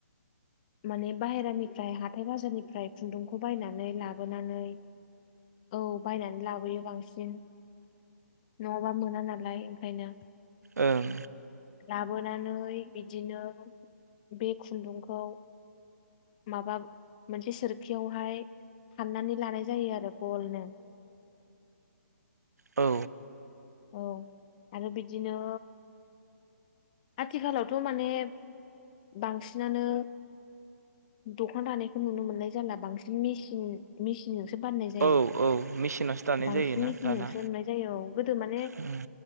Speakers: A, on the left; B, on the right.
A: माने बाहेरानिफ्राय हाथाय बाजारनिफ्राय खुन्दुं खौ बायनानै लाबोनानै औ बायनानै लाबोयो बांसिन। नङाबा मोना नालाय ओंखायनो।
B: ओं।
A: लाबोनानै बिदिनो बे खुन्दुंखौ माबा मोनसे सोरखियावहाय फाननानै लानाय जायो आरो गलनो।
B: औ
A: औ आरो बिदिनो आथिखालावथ' माने बांसिनानो दख'ना दानायखौ नुनो मोननाय जाला बांसिन मेसिन मेसिनजोंसो बाननाय जायो
B: औ औ मेचिनावसो दानाय
A: बांसिन
B: जायोना
A: मेसिनजों
B: दाना
A: नुनाय जायो गो गोदो माने
B: उम